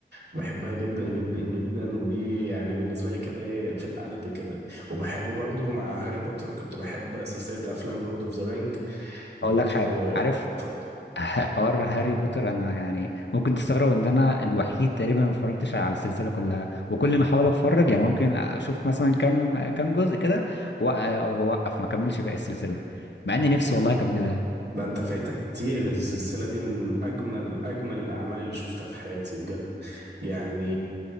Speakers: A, on the right (about 65°); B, on the left (about 75°).
A: بحبها جدا جدا جدا ودي يعني بالنسبة لي كده ايه في القلب كده وبحب برضو مع هاري بوتر كنت بحب سلسلة افلام لورد اوف ذا رينج برضو
B: اقول لك حاجه
A: آه،
B: عارف
A: اتفضل
B: <laughs> حوار هاري بوتر انا يعني ممكن تستغرب ان انا الوحيد تقريبا ما اتفرجتش على السلسله كلها وكل ما احاول اتفرج يعني ممكن اشوف مثلا كام كام جزء كده وأ- واوقف ما اكملش باقي السلسله مع اني نفسي
A: لا
B: والله اكملها
A: ده انت فايتك كتير السلسلة دي من اجمل اجمل الاعمال اللي شفتها في حياتي بجد يعني